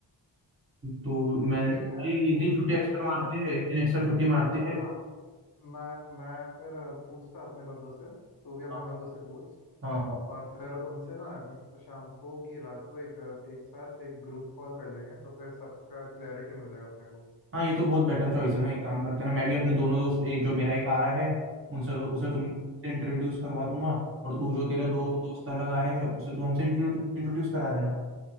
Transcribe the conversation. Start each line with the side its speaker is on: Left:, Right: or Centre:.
Right: तो मैं
Left: ठीक
Right: एक
Left: है यार वो
Right: दिन छुट्टी
Left: वो
Right: एक्स्ट्रा
Left: करते
Right: मारते
Left: हैं
Right: हैं
Left: फिर
Right: एक दिन एक्स्ट्रा छुट्टी मारते
Left: हाँ
Right: हैं
Left: हाँ मैं मैं फिर पूछता अपने बंदों से तू भी अपने
Right: हाँ
Left: बंदों से पूछ
Right: हाँ हाँ
Left: और फिर उनसे ना शाम को कि रात को एक एक साथ एक ग्रुप कॉल कर लेंगे तो फिर सबका क्लैरिटी मिल जाएगा अपने को
Right: हाँ ये तो बहुत बेटर चॉइस है ना एक काम करते हैं ना मैं भी अपने दोनों दोस्त एक जो मेरा एक आ रहा है उनसे उसे तुम
Left: हम्म
Right: इंट्रोड्यूस करवा दूंगा और तू जो तेरे दो
Left: हम्म
Right: दोस्त अलग आ रहे हैं उसे तू हमसे इंट्रोड्यूस करा देना